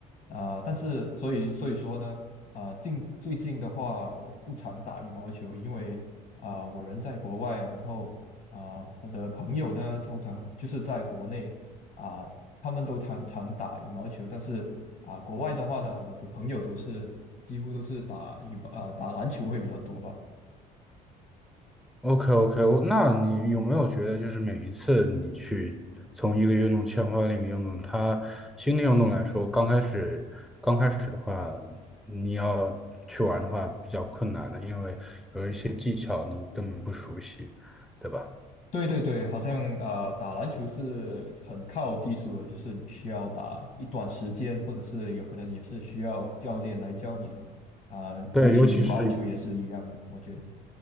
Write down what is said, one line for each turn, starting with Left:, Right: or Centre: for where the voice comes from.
Left: 啊、但是所以所以说呢，啊、近最近的话我不常打羽毛球，因为啊、我人在国外，然后啊、我的朋友呢，通常就是在国内啊、他们都常常打羽毛球，但是啊、国外的话呢，我的朋友都是几乎都是打羽毛啊、打篮球会比较多吧。
Centre: OK OK，我那你有没有觉得，就是每一次你去从一个运动切换另一个运动，它新的运动来说，刚开始刚开始的话，你要去玩的话比较困难的，因为有一些技巧你根本不熟悉，对吧？
Left: 对对对，好像呃打篮球是很靠技术的，就是你需要打一段时间，或者是有可能也是需要教练来教你的。啊、
Centre: 对，
Left: 比起羽毛球也是一样的，
Centre: 尤其是。
Left: 我觉得。